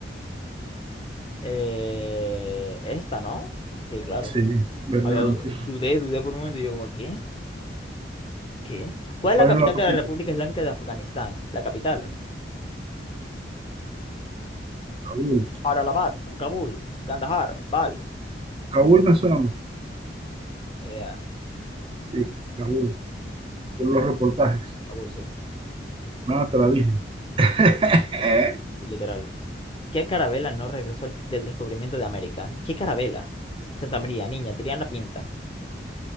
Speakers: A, on the left (about 30°); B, on the right (about 30°).
A: eh, esta, ¿no? Sí, claro.
B: sí, verde,
A: Había,
B: blanco
A: du-
B: y rojo.
A: dudé, dudé por un momento y yo como, ¿qué? ¿Qué? ¿Cuál es
B: ¿Cuál
A: la capital
B: es la capital?
A: de la República Islámica de Afganistán? La capital.
B: Kabul.
A: Allahabad, Kabul, Kandahar, Bal.
B: Kabul me suena más.
A: Ni idea.
B: Sí, Kabul, por los reportajes.
A: Kabul, sí.
B: Nada, te la dije. <laughs>
A: Literal. ¿Qué carabela no regresó al- del descubrimiento de América? ¿Qué carabela? Santa María, niña, Tiriana Pinta.